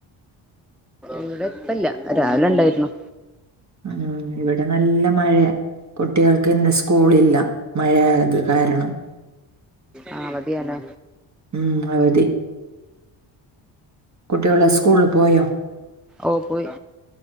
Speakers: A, in the centre; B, on the right.
A: ഇവിടെ ഇപ്പല്ല രാവിലെ ഉണ്ടായിരുന്നു
B: ആഹ് ഇവിടെ നല്ല മഴയ കുട്ടികൾക്ക് ഇന്ന് സ്കൂളില്ല മഴയായത് കാരണം
A: ആഹ് അവധിയാലേ
B: ഉം അവദി കുട്ടിയോള് സ്കൂൾള് പോയോ
A: ഓ പോയി